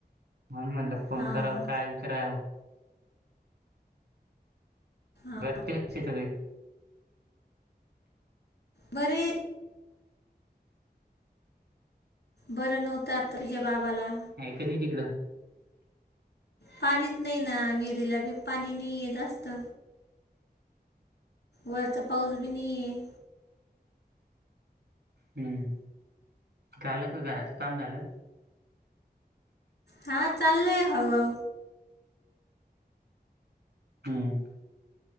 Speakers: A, on the right; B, on the left.
A: म्हण म्हटलं फोन
B: हां
A: कराव काय विचारा
B: हां
A: घरती न सगळी
B: बरे बरं नव्हतं आता तुझ्या बाबाला
A: कानी तिकडं
B: पाणीच नाही ना विहिरीलाी पाणी नाही जास्त वरचा पाऊस बी नाही आहे
A: हम्म झालं का घराचं काम झालं
B: हां ले होऊ आ.
A: हम्म